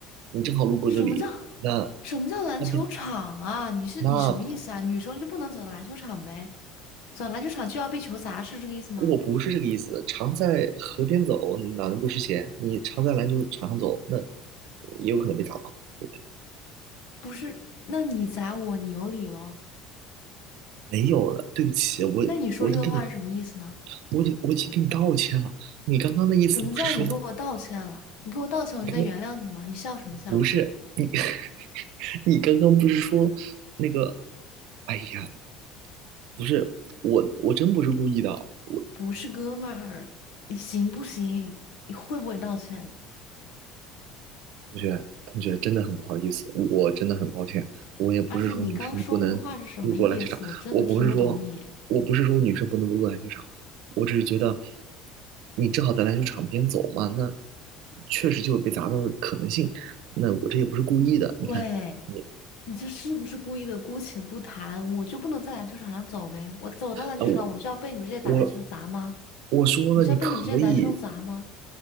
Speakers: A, on the right; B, on the left.
A: 你正好路过这里，
B: 什么叫
A: 那
B: 什么叫篮球场啊？
A: 那边
B: 你是你什么意思啊？
A: 那
B: 女生就不能走到篮球场呗？走到篮球场就要被球砸，是这个意思吗？
A: 我不是这个意思，常在河边走，哪能不湿鞋？你常在篮球场上走，那也有可能被砸到，对不对？
B: 不是，那你砸我，你有理喽？
A: 没有了，对不起，我我已经跟你，
B: 那你说这个话是什么意思呢？
A: 我已经我已经跟你道歉了。你刚刚的意思不是说，
B: 什么叫你给我道歉了？你给我道歉，
A: 你刚
B: 我就再原谅你吗？你笑什么笑？
A: 不是你，<laughs> 你刚刚不是说那个？哎呀，不是我，我真不是故意的，我。
B: 不是哥们儿，你行不行？你会不会道歉？
A: 同学，同学，真的很不好意思，我真的很抱歉。我也不是说女生不能路过篮球场，
B: 而且你刚刚说那个话是什么意思？我真的听不懂你。
A: 我不是说，我不是说女生不能路过篮球场，我只是觉得你正好在篮球场边走嘛，那确实就有被砸到的可能性。那我这也不是故意的，
B: 喂，
A: 你看你
B: 你这是不是故意的？姑且不谈，我就不能在篮球场上走呗？我走到篮球场，
A: 啊，我
B: 我就要被你们这些打篮球的砸吗？
A: 我我说了你可以，
B: 我就要被你们这些男生砸吗？